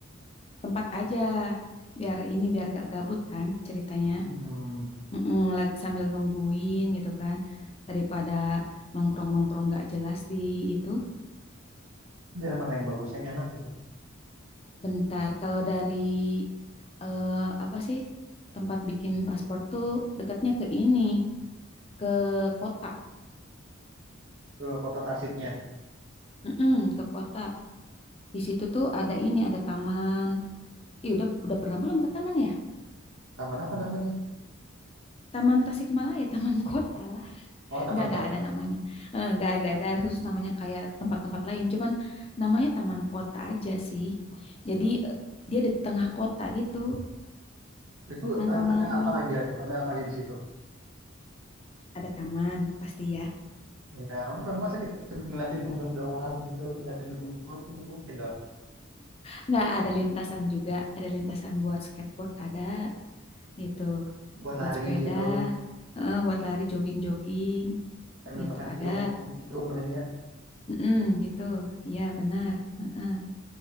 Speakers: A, on the left (about 30°); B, on the right (about 85°).
A: tempat aja, biar ini biar gak gabut kan ceritanya.
B: Hmm,
A: Mm-mm, lagi sambil nungguin gitu kan, daripada nongkrong-nongkrong gak jelas di itu.
B: daerah mana yang bagus yang enak gitu?
A: Bentar, kalau dari eh, apa sih tempat bikin paspor tuh dekatnya ke ini, ke kota.
B: Ke kota Tasiknya.
A: Mm-mm, ke kota. Di situ tuh ada ini, ada taman. Iya udah udah pernah belum ke taman ya?
B: Taman apa namanya?
A: Taman Tasikmalaya, Taman <laughs> Kota lah.
B: Oh, Taman
A: Enggak
B: Kota.
A: enggak ada namanya. Eh, Enggak enggak ada khusus namanya kayak tempat-tempat lain, cuman namanya Taman Kota aja sih. Jadi eh, dia di tengah kota gitu,
B: Itu
A: nongkrong-nongkrong.
B: ada, ada apa aja itu? Ada apa aja di situ?
A: Ada taman pasti ya.
B: Ya, masa kita cuma ngeliatin bunga doang gitu, ngeliatin rumput, nggak mungkin dong.
A: Enggak ada lintasan juga, ada lintasan buat skateboard ada gitu.
B: Buat
A: Buat
B: lari
A: sepeda,
B: gitu,
A: eh, buat lari jogging-jogging
B: sambil
A: gitu
B: makan
A: ada.
B: cilok di situ sebenarnya.
A: Mm-mm, gitu. Iya, benar. Heeh.